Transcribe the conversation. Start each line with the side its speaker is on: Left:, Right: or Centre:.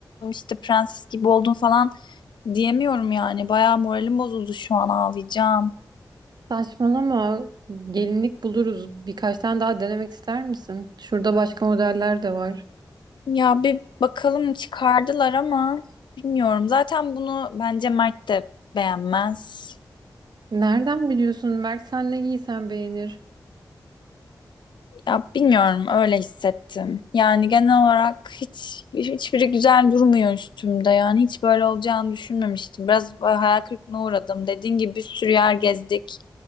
Left: işte prenses gibi oldum falan diyemiyorum yani. Bayağı moralim bozuldu şu an ağlayacağım.
Right: Saçmalama. Gelinlik buluruz. Birkaç tane daha denemek ister misin? Şurada başka modeller de var.
Left: Ya bir bakalım çıkardılar ama bilmiyorum. Zaten bunu bence Mert de beğenmez.
Right: Nereden biliyorsun? Mert sen ne giysen beğenir.
Left: Ya bilmiyorum öyle hissettim. Yani genel olarak hiç hiçbiri güzel durmuyor üstümde. Yani hiç böyle olacağını düşünmemiştim. Biraz hayal kırıklığına uğradım. Dediğin gibi bir sürü yer gezdik.